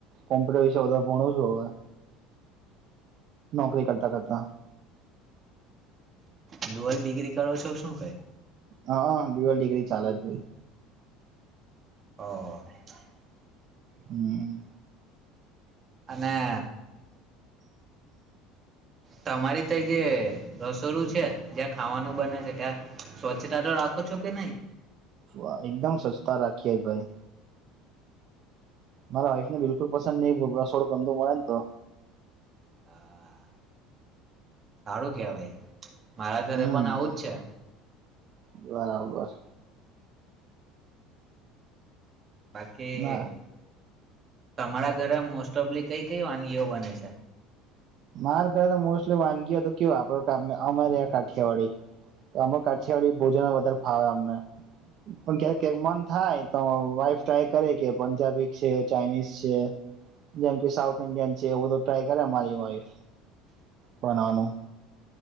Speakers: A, on the right; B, on the right.
A: કોમ્પ્યુટર વિશે વધારે ભણું છું હવે, નોકરી કરતા કરતા
B: ડોઅલ ડિગ્રી કરો છો શું કઈ
A: હા ડુવાલ ડિગરી ચાલે જ ભાઈ.
B: હ.
A: હમ.
B: અને. તમારી તો જે રસોડું છે જ્યાં ખાવાનું બને છે ત્યાં સ્વચ્છતા તો રાખો છો કે નહી
A: વાહ એકદમ સ્વચ્છતા રાખીએ ભાઈ. મારા વાઇફ ને બિલકુલ પસંદ નહીં વ રસોડું ગંદું મળે ને તો
B: અ આ સારું કેહવાય. મારા ઘરે
A: હમ
B: પણ આવું જ છે.
A: બરાબર
B: બાકી
A: ના
B: તમારા ઘરે મોસ્ટ ઓફલી કઈ કઈ વાનગીઓ બને છે?
A: મારે ઘર મોસ્ટલી વાનગીઓ તો કે આપણે અ અમે રહ્યા કાઠિયાવાડી અમે કાઠિયાવાડી ભોજન વધારે ફાવે અમને પણ કયારેક કયારેક મન થાય તો વાઈફ ટ્રાય કરે કે પંજાબી છે, ચાાઈનીઝ છે જેમ કે સાઉથ ઇન્ડિયન છે એવું બધ ટ્રાય કરે એ મારી વાઈફ. બનાવાનું.